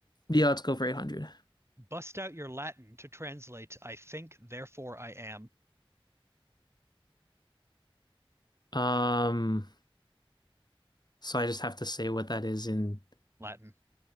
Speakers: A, on the left; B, on the right.
A: yeah, let's go for 800.
B: Bust out your Latin to translate I think, therefore I am
A: Um, so I just have to say what that is in.
B: Latin.